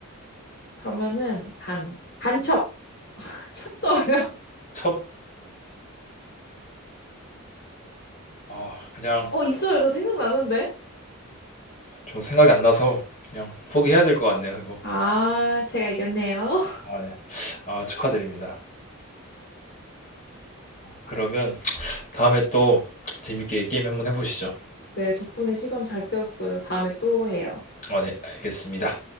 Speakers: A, on the left; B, on the left.
A: 그러면은 간, 간첩. <laughs> 첩도 어려워.
B: 첩? 아, 그냥
A: 어, 있어요. 저 생각나는데.
B: 저 생각이 안 나서 그냥 포기해야 될 것 같네요, 이거.
A: 아, 제가 이겼네요.
B: 아, 네. 아, 축하드립니다. 그러면 다음에 또 재밌게 게임 한번 해보시죠.
A: 네, 덕분에 시간 잘 때웠어요. 다음에 또 해요.
B: 아, 네, 알겠습니다.